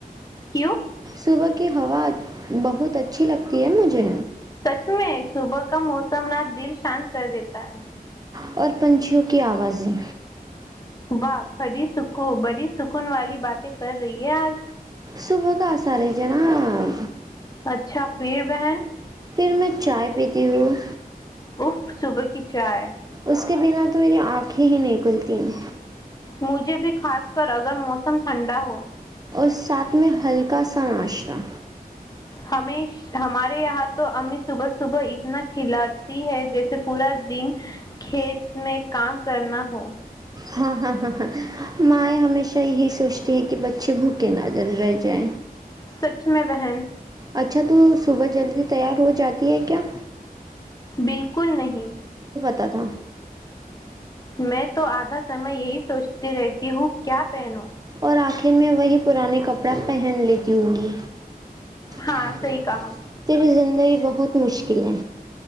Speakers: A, on the left (about 25°); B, on the right (about 25°).
A: کیوں
B: صبح کی ہوا بہت اچھی لگتی ہے مجھے
A: سچ میں صبح کا موسم نہ دل شانت کر دیتا ہے
B: اور پنچھیوں کی آوازیں
A: واہ کھڑی سکو بڑی سکون والی باتیں کر رہی یاار <unintelligible>
B: صب کا سارے جناا
A: اچھا بھیڑ بہن <unintelligible>
B: پھر میں چائے پیتی ہوں
A: اف صبح کی چائے
B: اس کے بنا تو میری آنکھیں ہی نہیں کھلتی ہیں
A: مجھے بھی خاص کر اگر موسم ٹھنڈا ہو
B: اور ساتھ میں ہلکا سا ناشتہ
A: ہمیں ہمارے یہاں تو امی صبح صبح اتنا کھلاتی ہے جیسے پورا دن کھیت میں کام کرنا ہو
B: ہاں ہاں ہاں ہاں ماں ہمیشہ یہی سوچتی ہے کہ اچ بھوک کے نظر رہ جائ
A: سچ میں بہن
B: اچھا تو صبح جلدی تیار ہو جاتی ہے کیا
A: بالکل نہیں
B: تا تھا
A: میں تو آدھا سمے یہی سوچتی رہتی ہوں کیا پینو <unintelligible>
B: اور آخر میں وہی پرانے کپڑا پہن لیتی ہوں گی
A: ہاں
B: ترس
A: صحیح کہا
B: دن زندگی بہت مشکل ہے